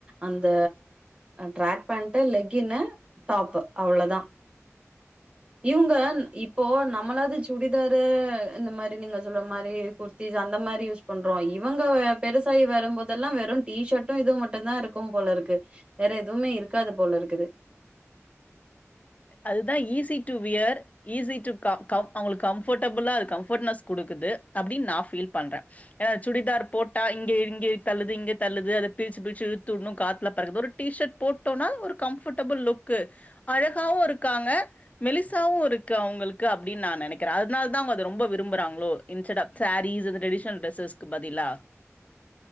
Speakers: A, on the right; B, on the left.
A: அந்த ட்ராக் பேண்ட்டு லெக் கினு டாப் அவ்ளோதா இவுங்க இப்போ நம்மளாது சுடிதாரு இந்த மாரி நீங்க சொல்ற மாரி குர் த்திஸ் அந்த மாரி யூஸ் பண்றோ இவுங்க பெருசாயி வரு போதெல்லா வெறு டீ ஷர்டு இது மட்டுதா இருக்கு க்கும் போல இருக்கு வேற எதுமே இருக்காது போலருக்குது
B: அதுதா easy to wear easy to க க அவுங்களுக்கு கம்ஃபர்டபுளா இருக்கு அது கம்ஃபர்ட்னஸ் குடுக்குது அப்டின்னு நா ஃபீல் பண்றே ஏனா சுடிதார் போட்டா இங்க இங்க தள்ளுது இங்க தள்ளுது அத பிரிச்சு பிரிச்சு இழுத்து உட்ணு காத்துல பறக்குது ஒரு டீ ஷர்ட் போட்டோனா ஒரு கம்ஃபர்ட்டபுள் லுக் அழகாவு இருக்காங்க மெலிசாவு இருக்கு அவங்களுக்கு அப்டின் நா நெனைக்கிற அதுனாலதா அவுங்க அத ரொம்ப விரும்புறாங்களோ இன்ஸ்சடப் சேரீஸ் இந்த ட்ரெடிஷ்னல் டிரெஸ்ஸஸ்க்கு பதிலா